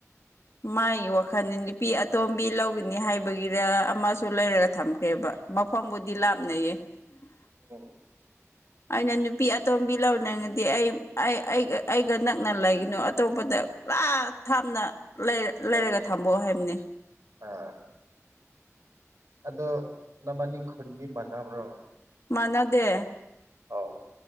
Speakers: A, on the left; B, on the right.
A: ꯃꯥꯥꯏ ꯋꯥꯈꯜꯅꯤꯡꯗꯤ ꯅꯨꯄꯤ ꯑꯇꯣꯝꯕꯤ ꯂꯧꯒꯅꯤ ꯍꯥꯏꯕꯒꯤꯔ ꯑꯃꯁꯨ ꯂꯩꯔꯒ ꯊꯝꯈ꯭ꯔꯦꯕ ꯃꯐꯝꯕꯨꯗꯤ ꯂꯥꯞꯅꯩꯌꯦ ꯑꯟꯑꯣꯗꯤꯕꯜ
B: ꯑꯣ
A: ꯑꯩꯅ ꯅꯨꯄꯤ ꯑꯇꯣꯝꯕꯤ ꯂꯧꯅꯤꯡꯉꯗꯤ ꯑꯩ ꯑꯩ ꯑꯩꯒ ꯅꯛꯅ ꯂꯩꯒꯅꯨ ꯑꯇꯣꯞꯄꯗ ꯂꯥꯞ ꯊꯥꯝꯅ ꯂꯩꯔ ꯂꯩꯔꯒ
B: ꯂꯩꯌꯦ
A: ꯊꯝꯕꯣ ꯍꯥꯏꯕꯅꯤ
B: ꯑꯥ ꯑꯗꯣ ꯅꯕꯥꯅꯤ ꯈꯨꯟꯗꯤ ꯃꯥꯟꯅꯕ꯭ꯔꯣ
A: ꯃꯥꯟꯅꯗꯦ
B: ꯑꯣ